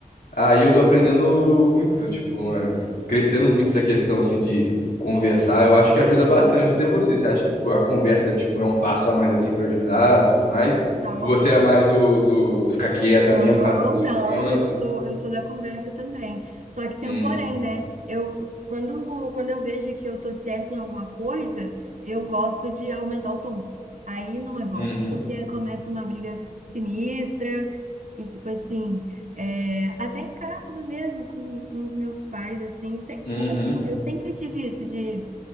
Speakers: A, on the left; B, on the right.
A: Aí eu tô aprendendo muito, tipo, é, tipo, crescendo muito essa questão assim de conversar. Eu acho que ajuda bastante, não sei você, você acha que tipo a conversa tipo é um passo a mais assim pra ajudar, tudo mais?
B: É total.
A: Ou você é mais do, do, do ficar quieta
B: Não,
A: mesmo, cada um no seu
B: não,
A: canto?
B: eu sou, eu sou da conversa também. Só que tem
A: Hum,
B: um porém, né? Eu, quando, quando eu vejo que eu tô certa em alguma coisa, eu gosto de aumentar o tom. Aí não é bom,
A: uhum,
B: porque começa uma briga sinistra e, tipo assim, é, até em casa mesmo, com, com os meus pais, assim, sempre
A: uhum,
B: são assim, eu sempre tive isso de